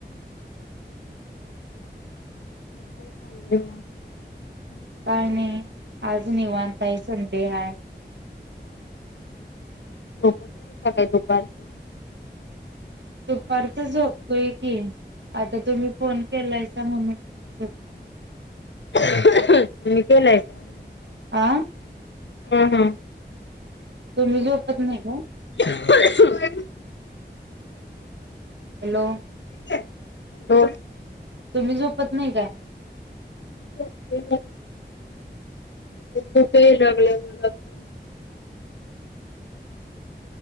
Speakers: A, on the left; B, on the right.
A: आणि काय चाललय म
B: काय नाय, आज निवांत आहे, आज संडे हाय.
A: झोपत नाहीसा का दुपारचं
B: दुपारच झोपतोय की, आता तुम्ही फोन केलायसा म्हणून झोप
A: कमी केल्यासा हो
B: आं
A: हां हा
B: तुम्ही झोपत नाही काय?
A: <unintelligible>
B: हॅलो
A: हॅलो
B: तुम्ही झोपत नाही काय?
A: झोपतोय आता झोप याय लागलय मलापण